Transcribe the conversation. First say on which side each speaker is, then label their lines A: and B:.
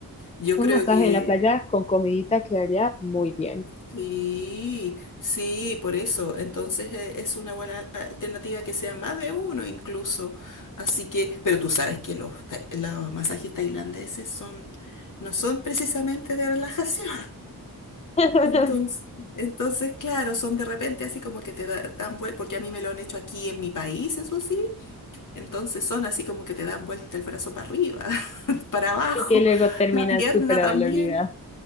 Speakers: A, on the left; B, on the left.
A: yo creo
B: Un masaje
A: que
B: en la playa con comidita quedaría muy bien.
A: sí, sí, por eso, entonces eh, es una buena alternativa que sea más de uno incluso, así que, pero tú sabes que los, tai- los masajes tailandeses son, no son precisamente de relajación.
B: <laughs>
A: Entonces, entonces, claro, son de repente así como que te da- dan vuelta, porque a mí me lo han hecho aquí en mi país, eso sí, entonces son así como que te dan vuelta el brazo para arriba, <laughs> para abajo,
B: Y que luego terminas
A: la pierna
B: súper dolorida.
A: también.